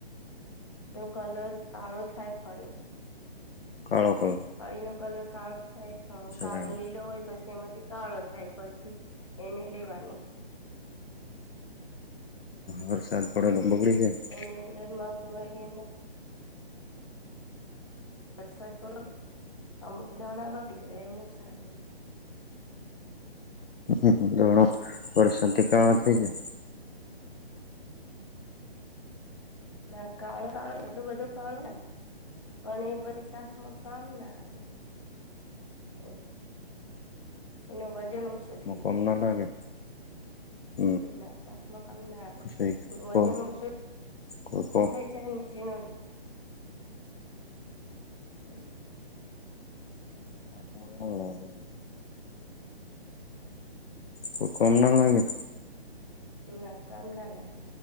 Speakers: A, on the left; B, on the left.
A: નો કલર કાળો થાય ફળ.
B: કરો, કરો.
A: કળીનો કલર કાળો થાય હા, કાળો
B: વેણ
A: લીલો હોય પછી અમારે સળો થાય, પછી એ ની લેવાની.
B: વરસાદ પડે તો બગડી જાય
A: એની અંદર મગ વહીને વરસાદ પડે તો, અમુક દાણા બગડી જાય ને, અમુક સારા રહે.
B: હ હ દરો પર શાંત ક થઈ જાય
A: ના કાળો કાળો એટલું બધું કાળો ના થાય પણ એ પછી શાકમાં કામ ના આવે. ઓ એનું વજન ઓછું થઈ
B: કામ
A: જાય
B: ના લાગે. હમ
A: ના, શાકમાં કામ ના આવે.
B: પછી કો
A: વજન ઓછું
B: કો
A: થઈ જાયને, ચીણો. એમ.
B: હા. કોઈ કમ ના લાગે
A: ના કામ ના લાગે